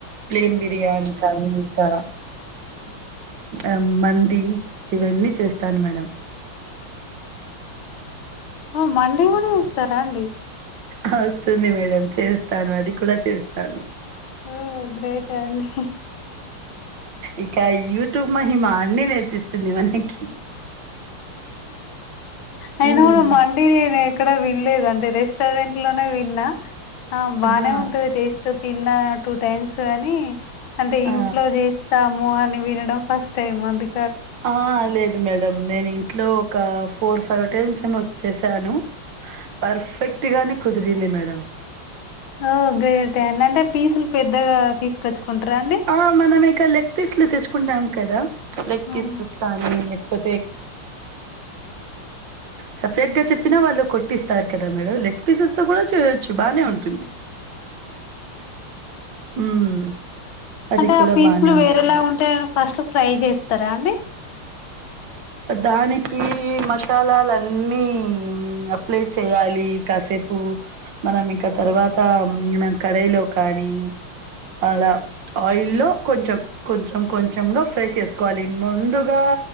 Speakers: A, on the right (about 60°); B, on the left (about 70°).
A: ప్లెయిన్ బిర్యాని కానీ ఇంకా ఉమ్ మంది ఇవన్నీ చేస్తాను మేడం
B: ఓ మండి కూడా చేస్తారాండి
A: ఆ వస్తుంది మేడం చేస్తాను అది కూడా చేస్తాను
B: ఓ గ్రేటే అండి
A: ఇక యూట్యూబ్ మహిమా అన్ని నేర్పిస్తుంది మనకి
B: అయిన
A: ఉమ్
B: కూడా మండి నేను ఎ క్కడ విన్లేదు అంటే రెస్టారెంట్లోనే విన్నా ఆ బానే
A: హా
B: ఉంటది టేస్ట్ తిన్న టూ టైమ్స్ గాని అంటే
A: ఆ!
B: ఇంట్లో చేస్తాము అని వినడం ఫస్ టైం అందు
A: ఆ లేదు మేడం నేను ఇంట్లో ఒక ఫోర్ ఫైవ్ టైమ్స్ ఏమో చేశాను పర్ఫెక్ట్‌గానే కుదిరింది మేడం
B: ఓ గ్రేటే అండి అంటే పీసులు పెద్దగా తీసుకొచ్చుకుంటారా అండి
A: ఆ మనం ఇక లెగ్ పీస్లు తెచ్చుకుంటాం కదా లెగ్
B: ఆ!
A: పీసెస్ కానీ లేక్పో సపరేట్ గా చెప్పిన వాళ్లు కొట్టిస్తారు కదా మేడమ్ లెగ్ పీసెస్ తో కూడా చేయొచ్చు బానే ఉంటుంది హ్మ్. అది
B: అంటే
A: కూడా
B: ఆ పీసులు
A: బానే
B: వేరేలా
A: ఉంటుంది.
B: ఉంటాయా ఫస్ట్ ఫ్రై చేస్తారా అండి
A: దానికి మసాలాలన్నీ అప్లై చేయాలి కాసేపు మనం ఇంకా తర్వాత ఆమ్ కడాయి లో కానీ అలా ఆయిల్లో కొంచెం కొంచెం కొంచెం గా ఫ్రై చేసుకోవాలి ముందుగా